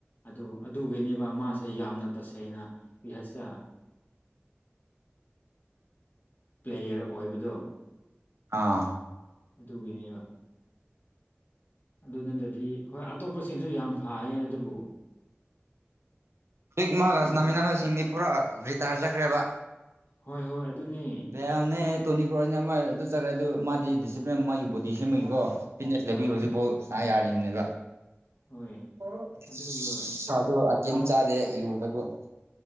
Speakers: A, on the left (about 50°); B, on the right (about 85°).
A: ꯑꯗꯨ ꯑꯗꯨꯒꯤꯅꯤꯕ ꯃꯥꯁꯦ ꯌꯥꯝꯅ ꯇꯁꯦꯡꯅ <unintelligible> ꯑ ꯄ꯭ꯂꯦꯌꯔ ꯑꯣꯏꯕꯗꯣ
B: ꯑꯥ
A: ꯗꯨꯒꯤꯅꯤꯕ ꯗꯨ ꯅꯠꯇꯗꯤ ꯍꯣꯏ ꯑꯇꯣꯞꯄꯁꯤꯡꯁꯨ ꯌꯥꯝ ꯐꯥꯑꯦ ꯑꯗꯨꯕꯨ
B: ꯀꯤꯛ ꯃꯥꯒ
A: ꯑꯩꯁꯨ
B: ꯁꯥꯟꯅꯃꯤꯟꯅꯕꯁꯤꯡꯗꯤ ꯄꯨꯔꯥ ꯔꯤꯇꯥꯏꯔ ꯆꯠꯈ꯭ꯔꯦꯕ
A: ꯍꯣꯏ ꯍꯣꯏ ꯑꯗꯨꯅꯤ
B: ꯄꯌꯥꯅꯦ ꯇꯣꯅꯤ ꯀ꯭ꯔꯣꯅꯦ ꯑꯃ ꯑꯗꯨ ꯆꯠꯈ꯭ꯔꯦ ꯑꯗꯨ ꯃꯥꯗꯤ ꯗꯤꯁꯤꯄ꯭ꯂꯤꯟ ꯃꯥꯒꯤ ꯕꯣꯗꯤ ꯁꯦꯝꯃꯒꯤꯀꯣ ꯐꯤꯠꯅꯦꯁ ꯂꯩꯕꯒꯤ
A: ꯍꯣꯏ
B: ꯍꯨꯖꯤꯛꯐꯥꯎ
A: ꯍꯣꯏ ꯍꯣꯏ
B: ꯁꯥ ꯌꯥꯔꯤꯅꯦꯕ <unintelligible>
A: ꯍꯣꯏ ꯑꯗꯨꯒ ꯃꯥ